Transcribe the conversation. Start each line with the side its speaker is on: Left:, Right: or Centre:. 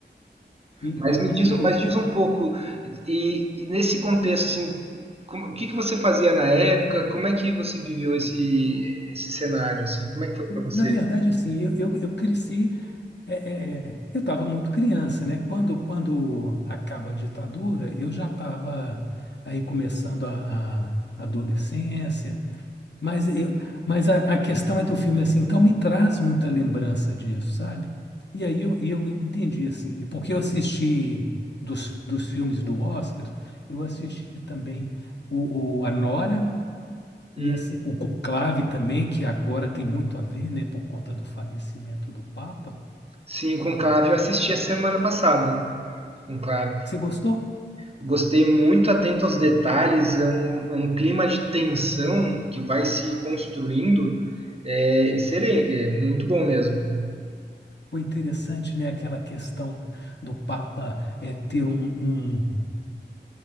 Left: E,
Right: Mas
Left: e aí,
Right: me diz, mas
Left: eu,
Right: diz um pouco, e, e nesse contexto, assim, como- o que que você fazia na época? Como é que você viveu esse, esse cenário, assim? Como é que foi para você?
Left: na verdade, assim, eu, eu, eu cresci, é, é, é, eu estava muito criança, né? Quando, quando acaba a ditadura, eu já estava aí começando a, a adolescência, mas, eu, mas a, a questão é do filme, assim, então me traz muita lembrança disso, sabe? E aí eu, e eu entendi, assim, porque eu assisti dos, dos filmes do Oscar, eu assisti também o, o A Nora,
Right: Hum,
Left: E assim, o conclave também, que agora tem muito a ver, né, por conta do falecimento do Papa.
Right: Sim, o Conclave eu assisti a semana passada. Conclave
Left: Você gostou?
Right: Gostei muito atento aos detalhes, é um, é um clima de tensão que vai se construindo. É, serem, é muito bom mesmo.
Left: Foi interessante, né, aquela questão do Papa é, ter um, um,